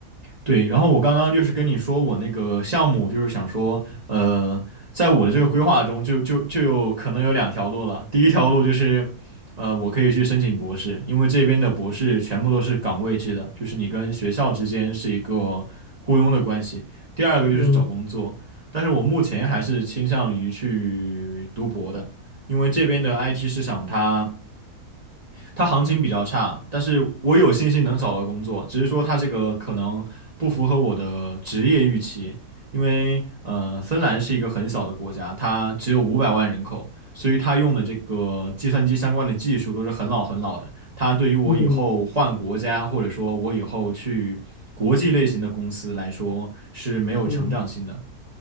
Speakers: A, on the right (about 30°); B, on the left (about 80°).
A: 对，然后我刚刚就是跟你说我那个项目，就是想说，呃，在我的这个规划中就，就就有可能有两条路了。第一条路就是，呃，我可以去申请博士，因为这边的博士全部都是岗位制的，就是你跟学校之间是一个雇佣的关系。第二个就是找工作，
B: 嗯
A: 但是我目前还是倾向于去读博的，因为这边的 IT 市场它。它行情比较差，但是我有信心能找到工作，只是说它这个可能不符合我的职业预期，因为呃，芬兰是一个很小的国家，它只有五百万人口，所以它用的这个计算机相关的技术都是很老很老的，它对于我以后换国家，
B: 嗯
A: 或者说我以后去国际类型的公司来说是没有成长性的。
B: 嗯，